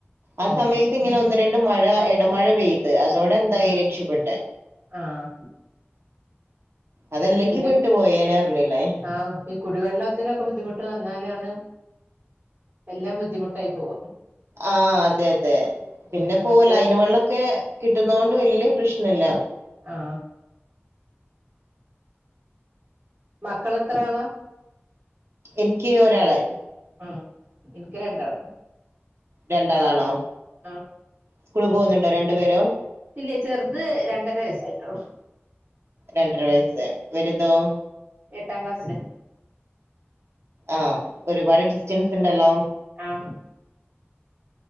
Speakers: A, on the right (about 70°); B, on the right (about 35°).
A: ആ
B: ഉം
A: സമയത്ത് ഇങ്ങനെ ഒന്ന് രണ്ട് മഴ എടമഴ പെയ്ത് അതോടെ എന്തായി രക്ഷപ്പെട്ട്
B: ആഹ്
A: അതല്ലെങ്കി
B: പിന്നെ
A: പെട്ടു പോയേനെ അറഞ്ഞിലെ
B: ആഹ് ഈ കുടിവെള്ളത്തിനൊക്കെ ബുദ്ധിമുട്ട് വന്നാലാണ് എല്ലാം ബുദ്ധിമുട്ടായി പോവ
A: ആ അതെ അതെ പിന്നെപ്പൊ
B: ഉം മറ്റേ
A: ലൈന് വെള്ളൊക്കെ കിട്ടുന്നോണ്ട് വല്യ പ്രശ്നല്ല
B: ആഹ് മക്കള് എത്ര ആളാ?
A: എനിക്ക് ഒരാള്
B: ആഹ് ഇനിക്ക് രണ്ടാള്
A: രണ്ടാളാണോ?
B: ആഹ്
A: സ്കൂള് പോകുന്നുണ്ടോ രണ്ടു പേരും?
B: ഇല്ല്യ ചെറുത് രണ്ടര വയസ്സായിട്ടുള്ളു
A: രണ്ടര വയസ്സ് വലുതോ?
B: എട്ടാം ക്ലാസ്സില്
A: ആഹ് ഒരുപാട് ഡിസ്റ്റൻസ് ഇണ്ടല്ലോ
B: ആഹ്